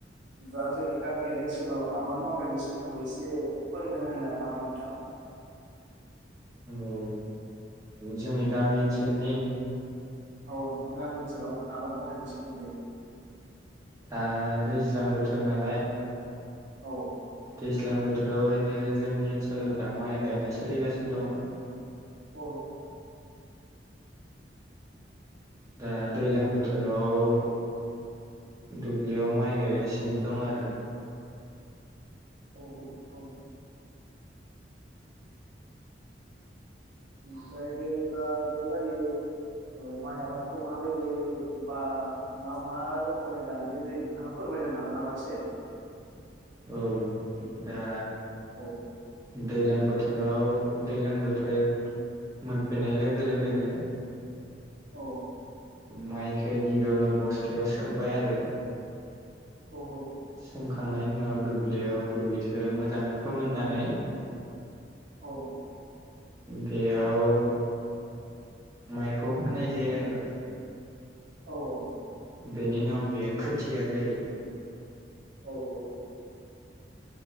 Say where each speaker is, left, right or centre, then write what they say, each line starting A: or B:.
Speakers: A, on the right; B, on the right.
A: बा जोंनि गामियारि ओनसोलाव आबाद मावनायनि सोमोन्दै एसे फोरमायना होनो हागोन नामा नोंथां?
B: औ जोंनि गामि ओनसोलनि
A: टाउन बा गामि ओनसोलाव आबाद मावनायनि सोमोन्दै
B: आ दैज्लां बोथोर नालाय
A: औ
B: दैज्लां बोथोराव ओरैनो जोंनि ओनसोलाव दा माइ गायनाय सोलिगासिनो दङ।
A: अ ओं
B: दा दैलां बोथोराव दुब्लियाव माइ गायगासिनो दं आरो
A: औ औ ओमफ्राय बे दा बेनिबादि ओ माइ आबादखौ माबायदि बा मा मा र'खमै गायनाय जायो नोंथाङा फोरमायना होनो हागोन नामा एसे
B: औ दा
A: औ
B: दैलां बोथोराव दैज्लां बोथोर मोनफिननाय लोगो लोगोनो
A: औ
B: माइखो गिबिनो बस्थायाव सोमबाय आरो
A: औ औ
B: सोमखांनायनि उनाव दुब्लियाव दुब्लिखो मोजाङै फोमोननानै
A: औ
B: बेआव माइखौ फोननाय जायो आरोना
A: औ औ
B: बेनि उनाव बेयो खोथिया जायो
A: औ औ